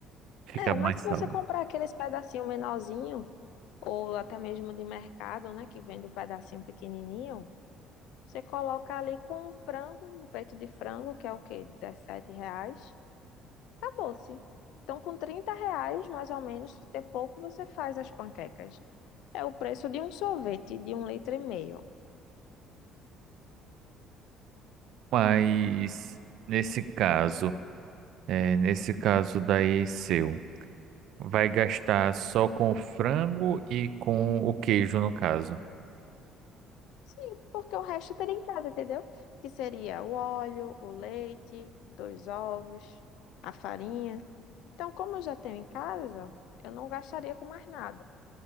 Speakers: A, on the right; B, on the left.
A: fica
B: É,
A: mais
B: mas se você
A: salgado.
B: comprar aqueles pedacinho menorzinho, ou até mesmo de mercado, né, que vende o pedacinho pequenininho, você coloca ali com um frango, um peito de frango, que é o quê? R$ reais, Acabou-se. Então, com 30 reais, mais ou menos, de ter pouco, você faz as panquecas. É o preço de um sorvete de um litro e meio.
A: Mas nesse caso, é, nesse caso daí seu, vai gastar só com o frango e com o queijo, no caso.
B: Sim, porque o resto teria em casa, entendeu? Que seria o óleo, o leite, dois ovos, a farinha. Então, como eu já tenho em casa, eu não gastaria com mais nada.